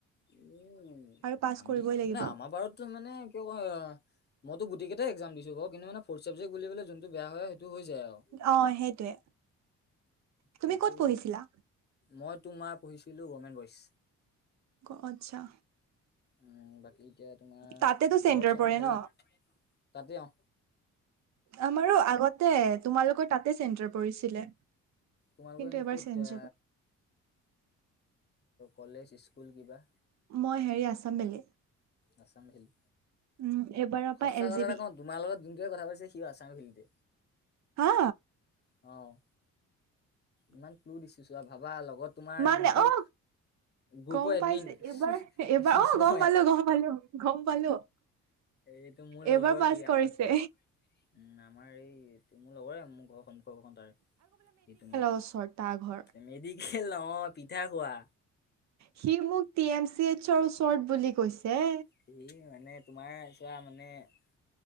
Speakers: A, on the left; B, on the right.
A: উম,
B: আৰু পাছ
A: আমি
B: কৰিবই লাগিব
A: আমাৰ বাৰু সেইটো মানে কিয় কয় আও, মইতো গোটেইকেইটাৰ একজাম দিছোঁ বাৰু, কিন্তু মানে ফৰ্ট চাবজেক্ট বুলিবলে যোনটো বেয়া হয় সেইটো হৈ যায় আৰু,
B: অ সেইটোয়ে তুমি
A: কিন্তু
B: ক'ত পঢ়িছিলা
A: মই তোমাৰ পঢ়িছিলোঁ, গভমেণ্ট বইচ্।
B: অ', আচ্ছা।
A: উম, বাকী এতিয়া তোমাৰ
B: তাতেতো চেণ্টাৰ
A: ঘৰত চবৰ
B: পৰে
A: ভালে?
B: ন
A: তাতে অ।
B: আমাৰো আগতে, তোমালোকৰ তাতে চেন্টাৰ পৰিছিলে।
A: তোমালোকৰ
B: কিন্তু
A: এনেই
B: এবাৰ
A: ক'ত
B: চেঞ্জ
A: এ
B: হ'ব
A: কলেজ-স্কুল কিবা?
B: মই হেৰি, আছাম ভেলী।
A: আছাম ভেলী,
B: উম এইবাৰৰ
A: সঁচা
B: পৰা এল
A: কথা
B: জি
A: এটা
B: বি
A: কওঁ তোমাৰ লগত যোনটোৱে কথা পাতিছে, সিও আছাম ভেলীতে।
B: হা?
A: অ'। ইমান ক্লু দিছো চোৱা ভাবা, লগত তোমাৰ
B: মানে
A: যোনটো
B: অ
A: গ্ৰুপৰ
B: গম
A: এডমিন
B: পাইছে
A: মইয়েই।
B: এইবাৰ এইবাৰ অ গম পালো গম পালো গম পালো
A: এইটো মোৰ
B: এইবাৰ
A: লগৰ,
B: পাছ
A: সি
B: কৰিছে
A: আমাৰ ঘৰৰ। উম, আমাৰ এই মোৰ লগৰে, মোৰ ঘৰৰ সম্মুখৰ ঘৰখন তাৰ। সি তোমাৰ
B: ওচৰ তাৰ ঘৰ।
A: মেডিকেল অ' পিঠা খোৱা।
B: সি, মোক টি এম চি এইচৰ ওচৰত বুলি কৈছে।
A: সেই মানে তোমাৰ <unintelligible>